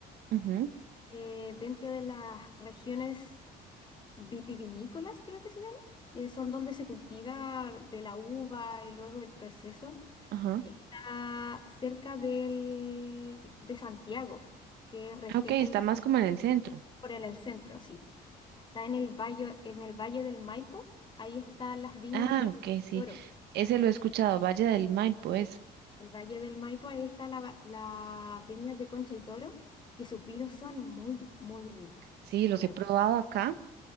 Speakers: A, on the right (about 75°); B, on the left (about 25°).
A: ujú,
B: eh, dentro de las regiones vitivinícolas, creo que se llama, que son donde se cultiva de la uva y luego el proceso,
A: ajá.
B: está cerca del, de Santiago, que es, región,
A: Ah, Ok, está
B: es
A: más como en el centro.
B: por el, el centro, sí. Está en el valle, en el Valle del Maipo, ahí están las viñas
A: Ah,
B: de
A: ok,
B: Concha
A: sí.
B: y Toro.
A: Ese lo he escuchado, Valle del Maipo, es.
B: Sí. El Valle del Maipo, ahí están la- las viñas de Concha y Toro, que sus vinos son muy, muy ricos,
A: Sí,
B: de
A: los
B: verdad.
A: he probado acá.